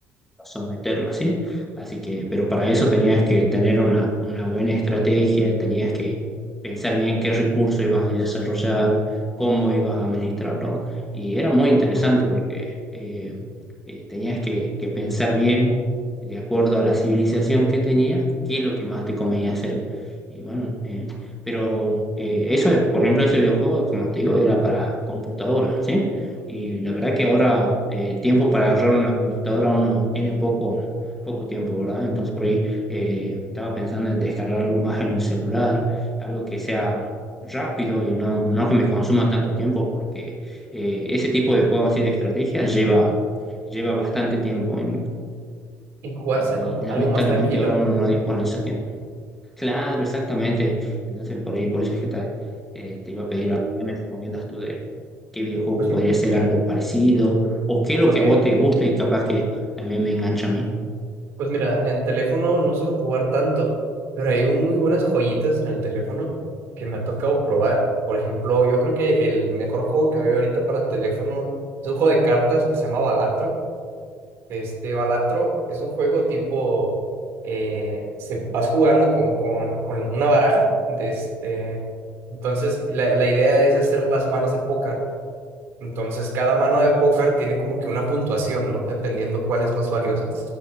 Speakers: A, in the centre; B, on the right.
A: someterla, ¿sí? Así que, pero para eso tenías que tener una, una buena estrategia, tenías que pensar bien qué recurso ibas a desarrollar, cómo ibas a administrarlo. Y era muy interesante porque eh, eh, tenías que, que pensar bien, de acuerdo a la civilización que tenías, qué es lo que más te convenía hacer. Y bueno, eh, pero eh, eso, es- por ejemplo, ese videojuego, como te digo, era para computadora, ¿sí? Y la verdad que ahora eh, tiempo para agarrar una computadora uno tiene poco poco tiempo, ¿verdad? Entonces por ahí eh, estaba pensando en descargar algo más en mi celular, algo que sea rápido y no, no que me consuma tanto tiempo, porque eh, ese tipo de juegos así de estrategia lleva, lleva bastante tiempo en-
B: Y jugarse,
A: y
B: ¿no?
A: lamentablemente
B: Algo más tranquilo.
A: ahora uno no dispone de esos tiempos. Claro, exactamente. Entonces por ahí, por eso es que te, eh, te iba a pedir, a ver, ¿qué me recomiendas tú de qué videojuego
B: Pues,
A: podría
B: m-
A: ser algo parecido o qué es lo
B: ok,
A: que a vos te gusta y capaz que también me engancha a mí?
B: pues mira, en teléfono no suelo jugar tanto, pero hay un- muy buenas joyitas en el teléfono que me ha tocado probar. Por ejemplo, yo creo que el mejor juego que hay ahorita para teléfono es un juego de cartas que se llama Balatro. Este Balatro es un juego tipo, eh, se, vas jugando con, con, con una baraja. De este, entonces, la, la idea es hacer las manos de póker. Entonces, cada mano de póker tiene como que una puntuación, ¿no? Dependiendo cuál es más valiosa.